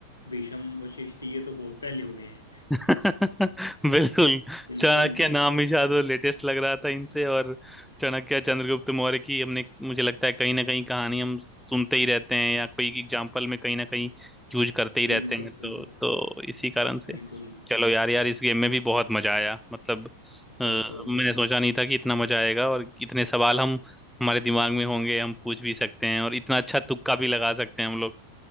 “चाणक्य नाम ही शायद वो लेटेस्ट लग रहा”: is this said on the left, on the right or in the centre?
Centre